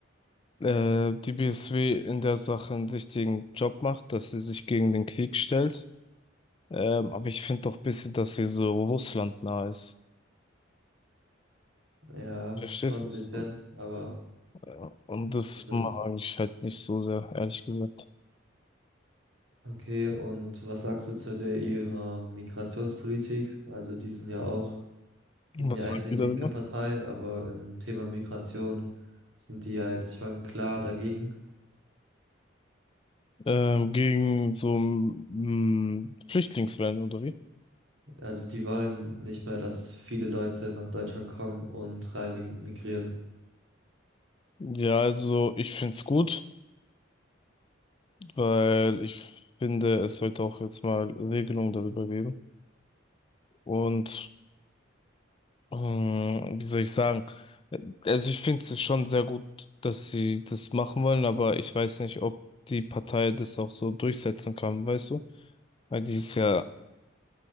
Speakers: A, on the left; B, on the right.
A: äh, die BSW in der Sache einen wichtigen Job macht, dass sie sich gegen den Krieg stellt. Ähm, aber ich finde doch ein bisschen, dass sie so Russland nah ist.
B: Ja,
A: Verstehst
B: schon ein
A: du? So,
B: bisschen, aber
A: Ja. Und das
B: also
A: mag ich halt nicht so sehr, ehrlich gesagt.
B: okay. Und was sagst du zu der ihrer Migrationspolitik? Also die sind ja auch, die
A: Was
B: sind ja eigentlich
A: sagt
B: eine
A: ihr darüber?
B: linke Partei, aber im Thema Migration sind die ja jetzt schon klar dagegen.
A: Ähm, gegen so mm, Flüchtlingswellen oder wie?
B: Also die wollen nicht mehr, dass viele Leute nach Deutschland kommen und rein immigrieren.
A: Ja, also ich find's gut, weil ich finde, es sollte auch jetzt mal Regelungen darüber geben. Und ähm, wie soll ich sagen? Also ich finde es schon sehr gut, dass sie das machen wollen, aber ich weiß nicht, ob die Partei das auch so durchsetzen kann, weißt du? Weil die ist ja